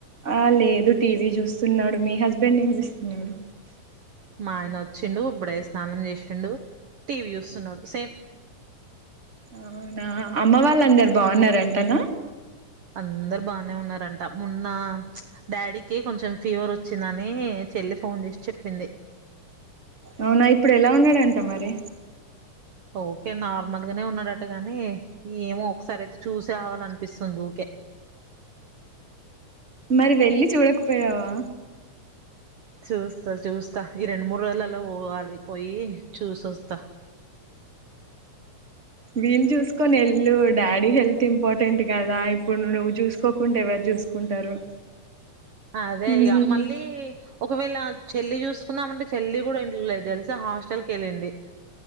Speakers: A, on the right (about 25°); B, on the right (about 55°).
A: ఆ లేదు టీవీ చూస్త స్తున్నాడు మీ హస్బెండ్ ఏం చేస్తున్నాడు
B: మా ఆయన వచ్చిండు ఇప్పుడే స్నానం చేసిండు టీవీ చూస్తున్నాడు సేమ్
A: అవునా అమ్మ వాళ్ళ అందరు బాగున్నారం టన
B: అందరు బానే ఉన్నారంట మొన్న డాడీకి కొంచెం ఫీవర్ వచ్చిందని చెల్లి ఫోన్ చేసి చెప్పింది
A: అవునా ఇప్పుడు ఎలా ఉన్నాడంట మరి
B: ఓకే నార్మల్గానే ఉన్నాడటటు గాని ఏమో ఒకసారి అయితే చూసే అవాల అనిపిస్తుంది హుకే
A: మరి వెళ్ళి చూడకపోయావా
B: చూస్తా చూస్తా ఈ రెండు మూడు రోజులలో పోవాలి పోయి చూసి వస్తా
A: వీళ్ళు చూసుకొని వెల్ళు డాడీ హెల్త్ ఇంపార్టెంట్ కదా ఇప్పుడు నువ్వు చూసుకోకుండా ఎవరు చూసుకుంటారు
B: అదే
A: మ్మ్
B: ఇక మళ్ళీ ఒకవేళ చెల్లి చూసుకుందామంటే చెల్లి కూడా ఇంట్లో లేదు తెలిసా హాస్టల్ వెళ్ళింది